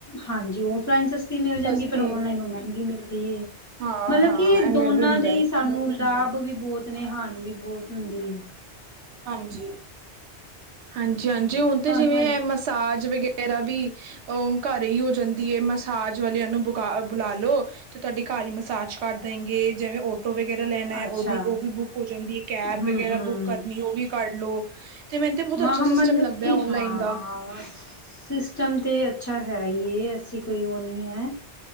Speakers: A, on the left (about 15°); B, on the right (about 75°).
A: ਹਾਂਜੀ ਓਫਲਾਈਨ ਸਸਤੀ ਮਿਲ ਜਾਂਦੀ
B: ਸਸਤੀ
A: ਪਰ ਓਨਲਾਈਨ ਓ ਮਹਿੰਗੀ ਮਿਲਦੀ ਏ।
B: ਹਾਂ-ਹਾਂ
A: ਮਤਲਬ ਕਿ
B: ਐਵੇਂ
A: ਦੋਨਾਂ
B: ਵੀ ਹੁੰਦਾ
A: ਦੇ
B: ਏ
A: ਈ ਸਾਨੂੰ ਲਾਭ ਵੀ ਬੋਤ ਨੇ ਹਾਾਨੀ ਵੀ ਬੋਤ ਹੁੰਦੀ ਏ।
B: ਹਾਂਜੀ। ਹਾਂਜੀ-ਹਾਂਜੀ,
A: ਹਾਂ
B: ਹੁਨ
A: ਸਾਨੂੰ
B: ਤੇ ਜਿਵੇਂ ਐ ਮਸਾਜ ਵਗੈਰਾ ਵੀ ਅ ਘਰੇ ਈ ਹੋ ਜਾਂਦੀ ਏ, ਮਸਾਜ ਵਾਲਿਆਂ ਨੂੰ ਬੁ ਬੁਲਾ ਲੋ। ਤੇ ਤੁਹਾਡੀ ਘਰ ਈ ਮਸਾਜ ਕਰ ਦੇਗੇ ਜਿਵੇਂ ਓਟੋ ਵਗੈਰਾ ਲੈਣਾ ਐ,
A: ਅੱਛਾ
B: ਓਦੀ ਓ ਵੀ ਬੁੱਕ ਹੋ ਜਾਂਦੀ, ਕੈਬ
A: ਹੂੰ
B: ਵਗੈਰਾ
A: ਹੂੰ
B: ਬੁੱਕ ਕਰਨੀ ਓ ਵੀ ਕਰ ਲੋ ਤੇ ਮੈਂਨ ਤੇ ਬਹੁਤ
A: ਮਹਾ
B: ਅੱਛਾ ਸਿਸਟਮ
A: ਮਤਲਬ
B: ਲੱਗਦਾ
A: ਕਿ
B: ਔਨਲਾਈਨ
A: ਹਾਂ
B: ਦਾ
A: ਸਿਸਟਮ ਤੇ ਅੱਛਾ ਹੈ ਈ ਏ, ਐਸੀ ਕੋਈ ਓ ਨੀ ਐ।